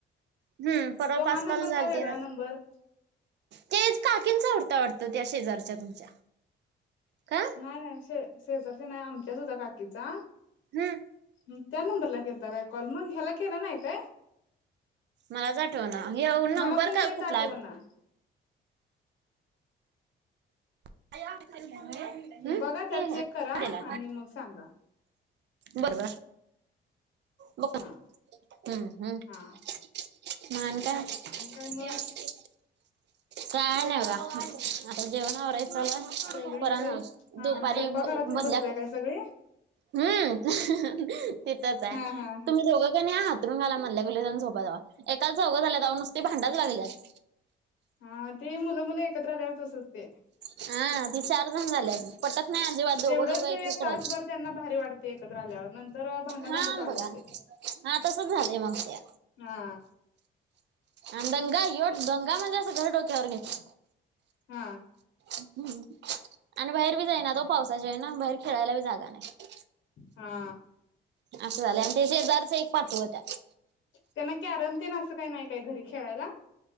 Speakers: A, on the right; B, on the left.
A: हम्म परवा
B: तो
A: पाच
B: हा नंबर
A: कॉल झालते
B: का वेगळा
A: ना.
B: नंबर
A: तेच काकीनचा उडता वाटतं त्या शेजारच्या तुमच्या का
B: नाय नाय शे शेजारच्या नाय आमच्या होत्या काकीचा
A: हम्म
B: ह त्या नंबरला केलता काय कॉल मग ह्याला केला नाय काय?
A: मलाच आठव ना. हे नंबर
B: मला पण
A: का
B: तेच
A: कुठला
B: आठवना
A: आहे बघ. <unintelligible>
B: बघा त्यात
A: हे
B: चेक करा. आणि मग सांगा.
A: बर बर ब हम्म
B: हा
A: हम्म
B: हा
A: मान काय ती
B: आणि काय मग
A: असते. काय नाही बा आता जेवण आवरायच चालू आहे.
B: सगळी
A: परण
B: काय हा
A: दुपारी
B: स्वयंपाकघरातच
A: मधल्या
B: बसलाय काय सगळे
A: हम्म तिथच आहे.
B: हा हा
A: तुम्ही का नाही हातरून घाला मधल्या गु जा झोपा जावा एकाला चौघे झाल्या जाव नुसते भांडाच लागल्यात.
B: हा ते मुल मुल एकत्र आल्यावर तसच असते.
A: हा ती चार जण झालेत. पटत नाही अजिबात दोघ
B: तेवढंच
A: दोघ एकीकड
B: एक तासभर
A: आहेत.
B: त्यांना भारी वाटते एकत्र आल्यावर. नंतर भांडाभांडी
A: हा
B: चालू
A: बघा
B: होते
A: हा तसच झालय मग त्या.
B: हा
A: आणि दंगा एोढ दंगा म्हणजे अस घरच डोकेवर घेतल.
B: हा
A: हम्म आणि बाहेर बी जाईनात हो पावसाच्या यान‌. बाहेर खेळायला बी जागा नाही.
B: हा
A: अस झाल. आणि त्या शेजारच एक पाचव त्यात.
B: त्यांना कॅरम तेन अस काही नाही काय घरी खेळायला.